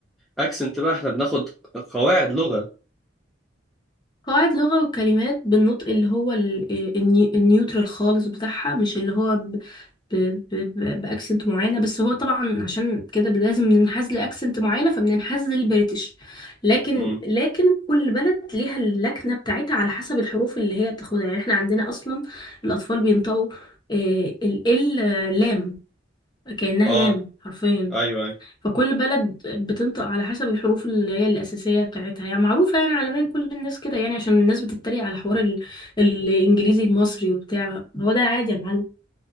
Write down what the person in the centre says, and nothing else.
اكسنت بقى احنا بناخد قواعد لغه
امم
اه
ايوه أيوه.